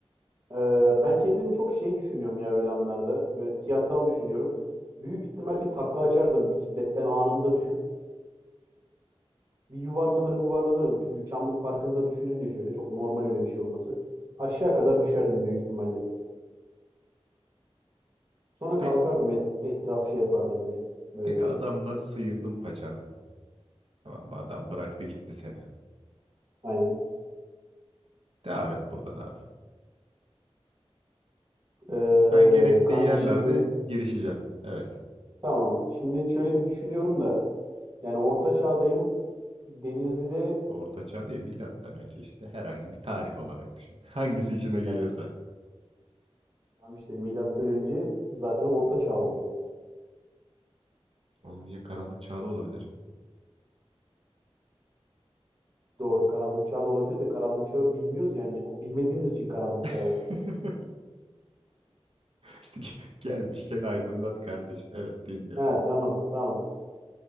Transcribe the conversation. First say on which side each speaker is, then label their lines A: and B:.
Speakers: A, on the right; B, on the right.
A: Ee, ben kendimi çok şey düşünüyorum ya öyle anlarda. Böyle tiyatral düşünüyorum. Büyük ihtimal bir takla açardım bisikletten anında düşüp. Bir yuvarlanır mı yuvarlanırdım. Çünkü Çamlık Parkı'nda düşününce şöyle çok normal öyle bir şey olması. Aşağı kadar düşerdim büyük ihtimalle. Sonra
B: <laughs> Peki
A: kalkardım et, etrafı şey yapardım bir. Böyle
B: Peki adamdan sıyırdın paçanı. Tamam mı? Adam bıraktı gitti seni.
A: aynen.
B: Devam et buradan abi.
A: Ee,
B: Ben gerektiği
A: kanka
B: yerlerde
A: şimdi
B: girişeceğim. Evet.
A: tamam. Şimdi şöyle bir düşünüyorum da yani orta çağdayım. Denizli'de
B: Orta çağ değil milattan önce işte herhangi bir tarih olarak düşün. <laughs> Hangisi işine
A: milat
B: geliyorsa.
A: tamam işte milattan önce zaten orta çağ oluyor.
B: Oğlum niye karanlık çağda olabilir?
A: Doğru karanlık çağ da olabilir de karanlık çağı bilmiyoruz yani o bilmediğimiz için karanlık
B: <laughs>
A: çağı.
B: İşte ge- gelmişken aydınlat kardeşim. Evet dinliyorum.
A: He tamam tamam.